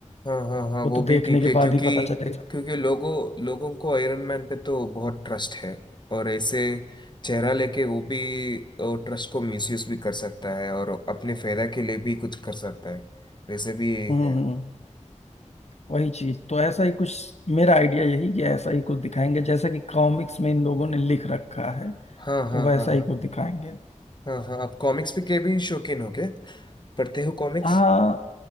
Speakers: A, on the left; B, on the left.
A: हाँ हाँ हाँ
B: वो
A: वो
B: तो
A: भी
B: देखने
A: ठीक
B: के
A: है क्योंकि
B: बाद ही पता चलेगा
A: क्योंकि लोगों लोगों को आयरन मैन पे तो बहुत ट्रस्ट है और ऐसे चेहरा लेके वो भी ट्रस्ट को मिसयूज भी कर सकता है और अपने फायदा के लिए भी कुछ कर सकता है वैसे भी ये
B: हम्म
A: है
B: हम्म वही चीज तो ऐसा ही कुछ मेरा आइडिया यही कि ऐसा ही कुछ दिखाएंगे जैसा कि कॉमिक्स में इन लोगों ने लिख रखा है
A: हाँ हाँ
B: तो वैसा
A: हाँ
B: ही
A: हाँ
B: कुछ दिखाएंगे
A: हाँ हाँ आप कॉमिक्स भी के भी शौकीन हो क्या पढ़ते हो कॉमिक्स
B: हाँ